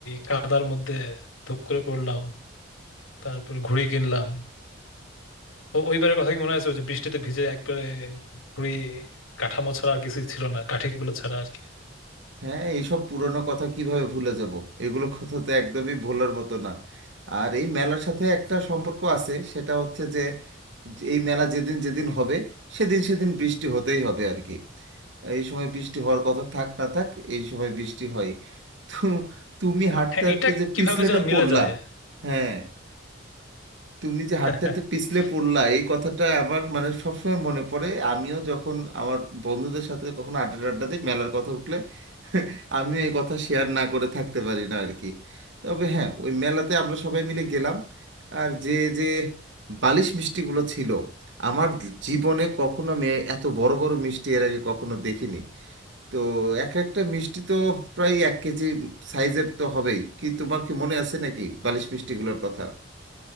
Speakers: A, on the left; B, on the right.
A: কাদার মধ্যে ধুপ করে পড়লাম তারপর ঘুড়ি কিনলাম ও ওইবারের কথা কি মনে আছে ওই যে বৃষ্টিতে ভিজে একবারে ঘুড়ি কাঠামো ছাড়া আর কিছুই ছিল না কাঠিগুলো ছাড়া আর কি
B: হ্যাঁ এইসব পুরনো কথা কিভাবে ভুলে যাব এগুলো কথা তো একদমই ভোলার মতো না আর এই মেলার সাথে একটা সম্পর্ক আছে সেটা হচ্ছে যে যে এই মেলা যেদিন যেদিন হবে সেদিন সেদিন বৃষ্টি হতেই হবে আর কি এই সময় বৃষ্টি হওয়ার কথা থাক না থাক এই সময় বৃষ্টি হয় তো তুমি হাঁটতে
A: হ্যাঁ
B: হাঁটতে
A: এটা
B: যে
A: কিভাবে
B: পিছলেটা
A: যেন মিলে
B: পড়লা
A: যায়
B: হ্যাঁ তুমি যে হাঁটতে
A: <laughs>
B: হাঁটতে পিছলে পড়লা এই কথাটা আমার মানে সবসময় মনে পড়ে আমিও যখন আমার বন্ধুদের সাথে কখনো আড্ডা আড্ডা দিই মেলার কথা উঠলে <laughs> আমিও এই কথা শেয়ার না করে থাকতে পারি না আর কি তবে হ্যাঁ ওই মেলাতে আমরা সবাই মিলে গেলাম আর যে যে বালিশ মিষ্টিগুলো ছিল আমার জীবনে কখনো আমি এত বড় বড় মিষ্টি এর আগে কখনো দেখিনি তো এক একটা মিষ্টি তো প্রায় এক কেজি সাইজের তো হবেই কি তোমার কি মনে আছে নাকি বালিশ মিষ্টিগুলোর কথা